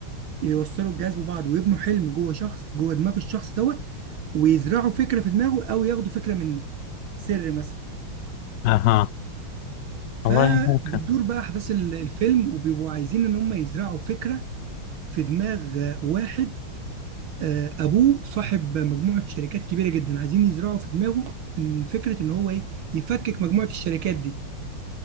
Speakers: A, on the right; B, on the left.
A: يوصلوا الجهاز ببعض ويبنوا حلم جوه شخص جوه دماغ الشخص دوت ويزرعوا فكرة في دماغه او ياخدوا فكرة منه سر مثلا
B: اها
A: فبتدور
B: والله ممكن
A: بقى احداث ال- الفيلم وبيبقوا عايزين ان هم يزرعوا فكره في دماغ آه، واحد آه، ابوه صاحب مجموعه شركات كبيره جدا عايزين يزرعوا في دماغه ان فكره ان هو ايه يفكك مجموعه الشركات دي